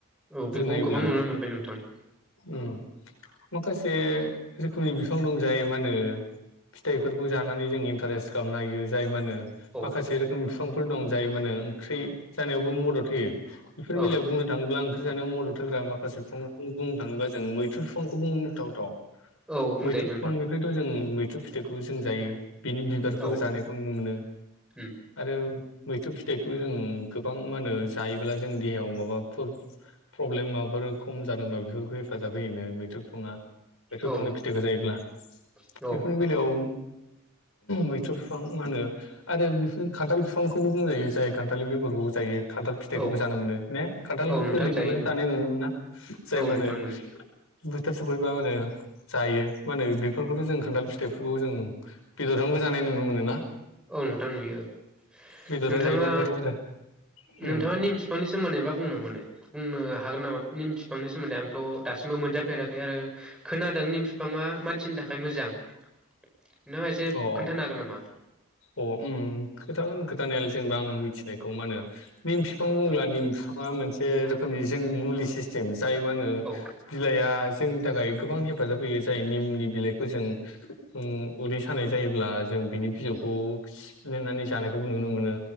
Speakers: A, in the centre; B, on the left.
A: औ
B: जों
A: बेखौ
B: नायोब्ला
A: गोबां नुनो मोनबाय नोंथां
B: उम माखासे रोखोमनि बिफां दं जाय मा होनो फिथायफोरखौ जानानै जों इन्टारेस खालामनो हायो जाय मा होनो
A: औ
B: माखासे रोखोमनि फिफां फोर दं जाय माने ओंख्रि जानायावबो मदद होयो बेफोरनि
A: औ
B: बेलायाव बुंनो थाङोब्ला ओं ख्रि जानायाव मदद होग्रा माखासे बिफांखौ बुंनो थाङोबा जों मैथ्रु बिफांखौ बुंथाव थाव
A: औ बुंजायो
B: मैथ्रु
A: नोंथां
B: बिफांनिफ्रायथ' जों मै थ्रु फिथाइखौ जों जायो बिनि बिबारखौबो
A: औ
B: जानायखौ नुनो मोनो
A: उम
B: आरो मैथ्रु फिथ थाइखौ जों गोबां मा होनो जायोब्ला जों देहायाव माबाफोर प्रब्लेम माबाफोर खम जादोंबा बेफोरखौ हेफाजाब होयोनो। फिफाङा बेफोर
A: औ
B: बिफांनि फिथाइखौ जायोब्ला
A: नोंथां औ
B: बेफोरनि बेलायाव मैथ्रु बिफां मा होनो आरो बिफोरनो खान्थाल बिफांखौबो बुंजायो। जाय खान्थालनि बेगरखौबो जायो खान्थाल फिथाइखौबो
A: औ
B: जानो मोनो ने खान्थाल
A: औ नोंथां
B: खौबो
A: जायो
B: जानाय नुनो मोना
A: औ
B: जाय मा होनो
A: नोंथां मोनो
B: बोथोर स फैबा मा होनो जायो मा होनो बेफोरखौथ' जों खान्थाल फिथाइफोरखौ जों बेदरजोंबो जानाय नुनो मोनो ना।
A: औ नोंथां नुयो औ
B: बेदरजों
A: नोंथाङा
B: जायोबा गोथाव जायो
A: नोंथाङा निम बिफांनि सोमोन्दै बा बुंनो मोनो बुंनो हागोन नामा निम बिफांनि सोमोन्दै आंथ' दासिमबो मोनजा फेराखै आरो खोनादों निम बिफाङा मानसिनि थाखाय मोजां नोंथाङा एसे
B: अ
A: खोन्थानो हागोन नामा?
B: अ उम खोथागोन खोथानायालाय जेनेबा आं मिथिनायखौ मा होनो निम फिफां बुंब्ला
A: औ
B: निम बिफाङा मोनसे रोखोमनि जोंनि मुलि सिसस्टिम जायो मा होनो
A: ओ
B: बिलाइआ जोंनि थाखाय गोबां हेफाजाब होयो जाय निमनि बिलाइखौ जों उम उदै सानाय जायोब्ला जों बिनि बिजौखौ सिफ्लेनानै जानायखौबो नुनो मोनो।